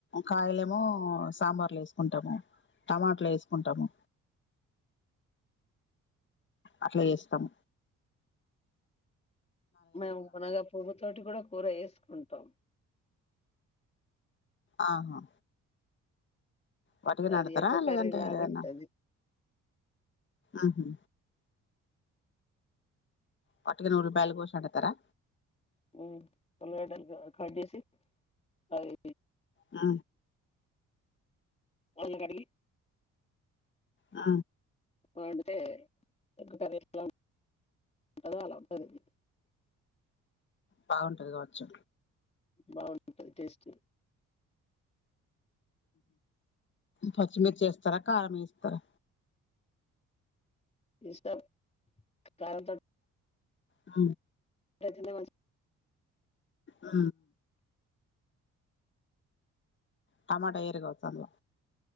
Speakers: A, on the left; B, on the left.
A: కాయలేమో సాంబార్లు వేసుకుంటాము టమాటలు వేసుకుంటాము అట్ల చేస్తాం
B: మేము మునగా పువ్వు తోటి కూడా కూర చేసుకుంటాం
A: ఆహా వాటికనే
B: అది
A: పెడతారా
B: ఎగ్గు కర్రీ
A: లేదంటే
B: లాగా
A: ఏదన్నా
B: ఉంటది
A: ఉహూ వాటికే నూరు రూపాయల కోసం పెడతారా
B: ఉమ్ ఉల్లిగడ్డలు కడ్జేసి అది
A: ఆ
B: మొన్న కడిగి
A: ఆ
B: వండితే ఎలా ఉంటదో కదా అలా ఉంటది ఇది
A: బాగుంటది కావచ్చు
B: బావుంటది టేస్ట్
A: పచ్చిమిర్చి వేస్తారా కారం వేస్తారా
B: ఇష్టం కారంతో
A: అ
B: <unintelligible>
A: ఆ టమాట వెయ్యరు కావచ్చు అందుల